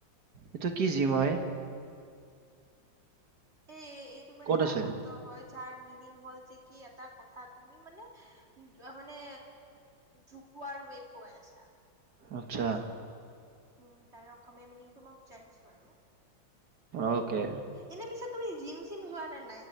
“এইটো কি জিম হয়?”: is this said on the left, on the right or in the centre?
Right